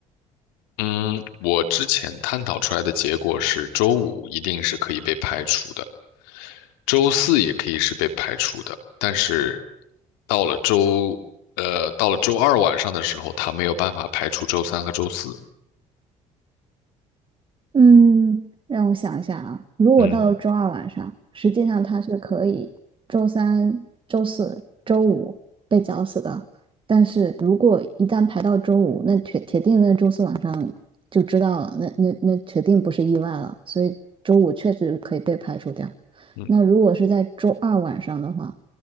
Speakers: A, on the left; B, on the right.
A: 嗯，我之前探讨出来的结果是，周五一定是可以被排除的，周四也可以是被排除的，但是到了周，呃，到了周二晚上的时候，他没有办法排除周三和周四，
B: 嗯，让我想一下啊，如果到了周二晚上，
A: 嗯
B: 实际上他是可以周三、周四、周五被绞死的，但是如果一旦排到周五，那铁铁定那周四晚上就知道了，那那那铁定不是意外了，所以周五确实可以被排除掉。
A: 嗯，
B: 那如果是在周二晚上的话，